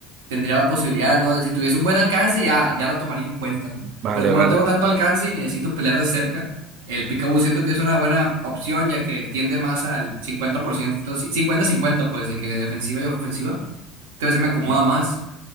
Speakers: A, on the right; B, on the right.
A: tendría la posibilidad, ¿no? De si tuviese un buen alcance, ya, ya la tomaría en cuenta, ¿no?
B: Vale,
A: Pero como
B: vale.
A: no tengo tanto alcance y necesito pelear de cerca, el picaboo siento que es una buena opción, ya que tiende más al 50%, sí, cincuenta cincuenta pues, de que defensiva y ofensiva. Entonces se me acomoda
B: Sí.
A: más.